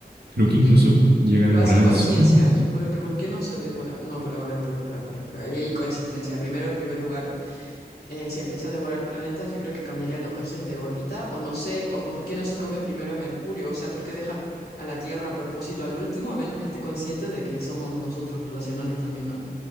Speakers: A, on the right; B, on the left.
A: Creo
B: Y
A: que incluso
B: es-
A: llega
B: lo
A: a devorar
B: hace a conciencia,
A: el Sol.
B: pero que ¿por qué no se devora? No, pero a ver, pero espera, espera, espera. Ahí hay consistencia. Primero, en primer lugar. eh, si empieza a devorar planetas, yo creo que cambiaría los ejes de órbita, o no sé, o por qué no se come primero a Mercurio, o sea, por qué dejar a la Tierra a propósito al último, a menos que esté consciente de que somos nosotros racionales también, ¿no?